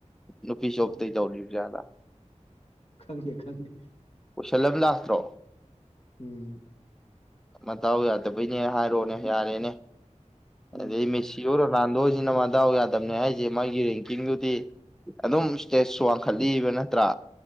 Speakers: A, in the centre; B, on the left (about 55°).
A: ꯅꯨꯄꯤ ꯖꯣꯕꯇꯩ
B: ꯎꯝ
A: ꯇꯧꯔꯤꯕꯖꯥꯠꯂꯥ
B: ꯈꯪꯉꯦ ꯈꯪꯉꯦ
A: ꯎꯁꯜꯂꯕ ꯂꯥꯁꯇ꯭ꯔꯣ
B: ꯎꯝ
A: ꯃꯇꯥꯎ ꯌꯥꯗꯕꯩꯅꯦ ꯍꯥꯏꯔꯛꯑꯣꯅꯦ ꯌꯥꯔꯦꯅꯦ
B: ꯎꯝ
A: ꯑꯗ ꯃꯦꯁꯤꯔ ꯔꯣꯔꯅꯥꯟꯗꯣꯁꯤꯅ ꯃꯗꯥꯎ ꯌꯥꯗꯕꯅꯦ ꯍꯥꯏꯁꯦ ꯃꯥꯒꯤ ꯔꯦꯡꯀꯤꯡꯗꯨꯗꯤ ꯑꯗꯨꯝ ꯏꯁꯇꯦꯖꯁꯨ ꯋꯥꯡꯈꯠꯂꯤꯕ ꯅꯠꯇ꯭ꯔꯥ